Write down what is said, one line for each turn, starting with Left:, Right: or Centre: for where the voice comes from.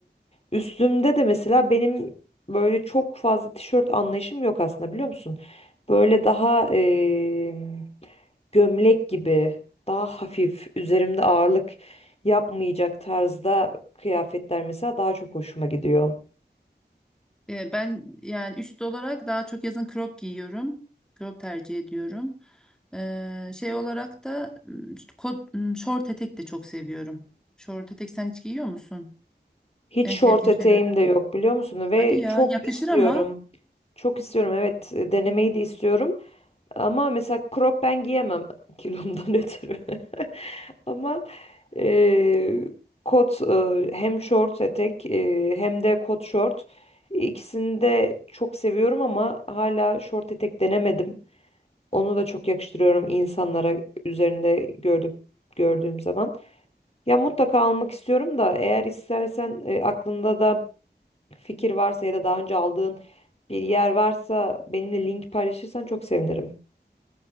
Left: e, üstümde de mesela benim böyle çok fazla tişört anlayışım yok aslında biliyor musun? Böyle daha e, gömlek gibi, daha hafif, üzerimde ağırlık yapmayacak tarzda kıyafetler mesela daha çok hoşuma gidiyor.
Centre: E, ben yani üst olarak daha çok yazın crop giyiyorum. Crop tercih ediyorum. E, şey olarak da m, kot, m, şort etek de çok seviyorum. Şort etek sen hiç giyiyor musun?
Left: Hiç
Centre: En
Left: şort
Centre: sevdiğim
Left: eteğim
Centre: şeylerden
Left: de yok
Centre: biri.
Left: biliyor musun? Ve
Centre: Hadi ya
Left: çok
Centre: yakışır
Left: istiyorum.
Centre: ama.
Left: Çok istiyorum evet e, denemeyi de istiyorum. Ama mesela crop ben giyemem <laughs> kilomdan ötürü. <laughs> Ama eee, kot eee, hem short etek eee, hem de kot short ikisini de çok seviyorum ama hala short etek denemedim. Onu da çok yakıştırıyorum insanlara üzerinde gördük gördüğüm zaman. Ya mutlaka almak istiyorum da eğer istersen e, aklında da fikir varsa ya da daha önce aldığın bir yer varsa benimle link paylaşırsan çok sevinirim.